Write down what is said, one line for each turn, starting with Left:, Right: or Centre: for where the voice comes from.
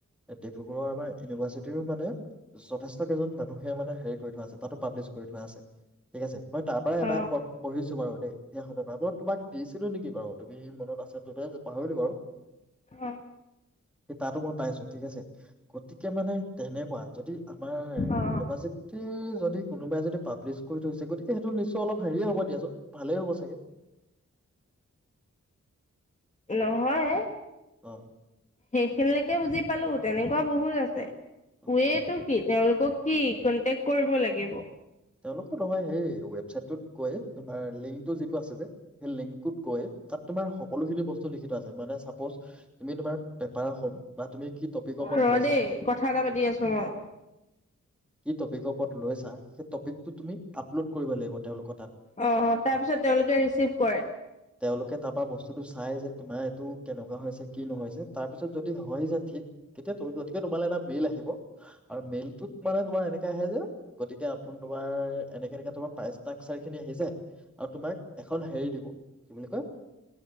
Centre: ডিব্ৰুগড়ৰ আমাৰ ইউনিভাৰ্চিটিৰো মানে যথেষ্ট মানুহে মানে কৰি থোৱা আছে, তাতো পাব্লিছ কৰি থোৱা আছে, ঠিক আছে মই তাৰ পৰাই এটা
Left: অ
Centre: পঢ়িছো বাৰু দেই সেইখনৰ পৰা মই তোমাক দিছিলো নেকি বাৰু তুমি মনত আছা ততে পাহৰিলো বাৰু। <inaudible>
Left: অঁ
Centre: তাতো মই পাইছো ঠিক আছে, গতিকে মানে তেনেকুৱা যদি আমাৰ
Left: অ
Centre: ইউনিভাৰ্চিটিত যদি কোনোবাই যদি পাব্লিছ কৰি হৈছে গতিকে সেইটো নিশ্চয় অলপ হেৰি হবই দিয়া চোন। ভালেই হ'ব চাগে।
Left: নহয় এ।
Centre: অঁ
Left: সেইখিনিলৈকে বুজি পালো তেনেকুৱা বহুত আছে।
Centre: অ
Left: ৱেটো কি? তেওঁলোকক কি কনটেক্ট কৰিব লাগিব।
Centre: তেওঁলোকক নহয় সেই ৱেবছাইটোত গৈ তোমাৰ লিংকটো যিটো আছে যে সেই লিংক টোত গৈ তাত তোমাৰ সকলো খিনি বস্তু লিখি থোৱা আছে। মানে চাপোচ তুমি তোমাৰ পেপাৰ খন বা তুমি কি টপিকৰ ওপৰত
Left: ৰ'
Centre: লৈছা,
Left: দেই কথা এটা পাতি আছো মই।
Centre: কি টপিকৰ ওৰত লৈছা সেইটো টপিকটো তুমি আপলোড কৰিব লাগিব তেওঁলোকৰ তাত।
Left: অ' তাৰপিছত তেওঁলোকে ৰিচিভ কৰে
Centre: তেওঁলোকে তাৰ পৰা বস্তুটো চাই যে তোমাৰ এইটো কেনেকুৱা হৈছে কি নহয়ছে তাৰ পিছত যদি হয় যে ঠিক তেতিয়া ত গতিকে তোমালে এটা মেইল আহিব আৰু মেইলত মানে তোমাৰ এনেকে আহে যে, গতিকে তোমাৰ এনেকে এনেকে তোমাৰা তাই ষ্টাগচাৰ খিনি আহি যায়, আৰু তোমাক এখন হেৰি দিব কি বুলি কয়